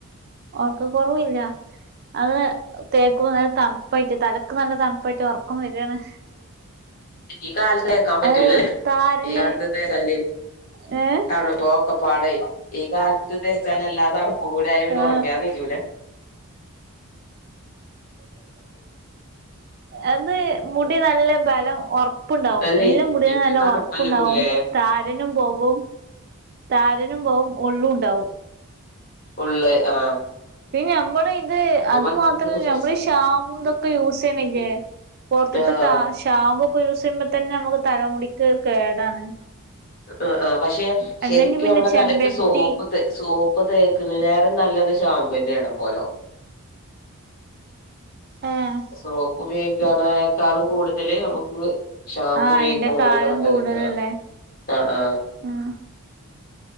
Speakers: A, on the right (about 45°); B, on the left (about 40°).
A: ഓർക്ക കുറവ് ല്ല. അത് തേക്കുമ്പോ നല്ല തണ്പ്പായിട്ട് തലക്ക് നല്ല തണ്പ്പായിട്ട് ഒറക്കം വരാണ്
B: ഈ കാലത്ത് തേക്കാൻ പറ്റൂലല്ലേ
A: അത് താരന്
B: ഈ കാലത്ത് തേച്ചാല്
A: ഏ
B: തണുപ്പൊ ഒക്കെ പാടെ ഈ കാലത്ത് തേച്ചാല് എല്ലാ തണുപ്പ് കൂടിയായ പിന്നെ
A: ആ
B: ഒറങ്ങിയാ നീച്ചൂ ല്ല
A: അത് മുടി നല്ല ബലം ഒർ പ്പ്ണ്ടാവും
B: അല്ലേ
A: ഇല്ല മുടിനെ
B: ഇപ്പൊ
A: നല്ല
B: തണുപ്പല്ലേ
A: ഒറപ്പ്ണ്ടാവും
B: പൊതുവേ
A: താരനും പോകും താരനും പോവും ഉള്ളും ണ്ടാവും
B: ഉള്ള് ആ
A: പിന്ന നമ്മള് ഇത് അത്
B: ഭയങ്കര
A: മാത്രല്ല
B: ചൊറിച്ചില്
A: നമ്മള് ഷാമ് ഇതൊക്കെ യൂസ് ചെയ്യ്ണ്ല്ലേ. പൊർത്ത്തെ
B: ആഹ്
A: താ ഷാമ്പൂ ക്കെ യൂസ് ചെയ്യുമ്പോ തന്നെ നമുക്ക് തലമുടിക്ക് കേടാണ്.
B: ആ ആ പക്ഷെ
A: അല്ലെങ്കി
B: ശരിക്കും
A: പിന്നെ
B: നമ്മള്
A: ചെമ്പരത്തി
B: തലക്ക് സോപ്പ് സോപ്പ് തേക്ക് ണേലേറെ. നല്ലത് ഷാമ്പുന്നെ ണം പോലോ.
A: ഏഹ്
B: സോപ്പ് ഉപയോഗിക്കാനേക്കാളും കൂടുതല് നമുക്ക്. ഷാമ്പൂ
A: ആഹ്
B: ഉപയോഗി
A: അയിന്റെ
B: ക്ക് ണതാണോ
A: കാലം
B: ല്ലേനല്ലത്
A: കൂടുതലല്ലേ
B: ആ ആ
A: ആഹ്